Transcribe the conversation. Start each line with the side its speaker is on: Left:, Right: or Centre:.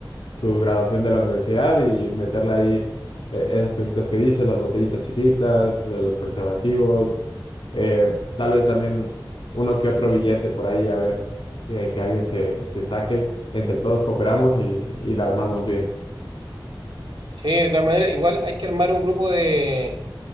Left: su graduación de la universidad y meterle ahí eh, esas cositas que dices, las botellitas chiquitas, eh, los preservativos, eh, tal vez también uno que otro billete por ahí, a ver, eh, que alguien se, se saque, entre todos cooperamos y, y la armamos bien.
Right: Sí, de todas maneras, igual hay que armar un grupo de,